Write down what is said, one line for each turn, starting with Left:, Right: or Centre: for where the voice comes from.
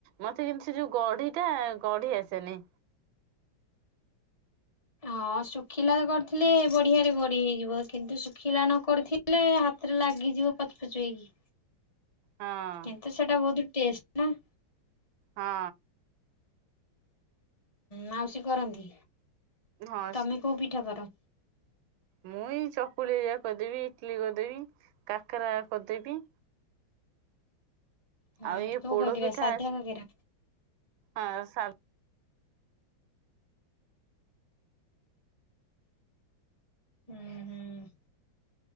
Right: ମତେ ଯୋମିତି ସେ ଯୋଉ ଗଢ଼ି ଟା ଗଢ଼ି ଆସେନି
Left: ହଁ ଶୁଖିଲା କରିଥିଲେ ବଢିଆରେ ଗଢ଼ି ହେଇଯିବ କିନ୍ତୁ ଶୁଖିଲା ନ କରିଥି ଲେ ହାତରେ ଲାଗିଯିବ ପଚ ପଚ ହେଇକି
Right: ହଁ।
Left: କିନ୍ତୁ ସେଇଟା ବହୁତ ଟେଷ୍ଟେ ନା
Right: ହଁ
Left: ମାଉସୀ କରନ୍ତି
Right: ହଁ
Left: ତମେ କୋଉ ପିଠା କର
Right: ମୁ ଏଇ ଚକୁଳିଆ ଘରିକା କରିଦେବି ଇଟଲିି କରିଦେବି କାକେରା କରିଦେବି
Left: ହୁଁ
Right: ଆଉ ଇଏ
Left: କୋଉ
Right: ପୋଡ
Left: କାକେରା
Right: ପିଠା
Left: ସାଧା କାକେରା
Right: ହଁ ସାଧା
Left: ହୁଁ ହୁଁ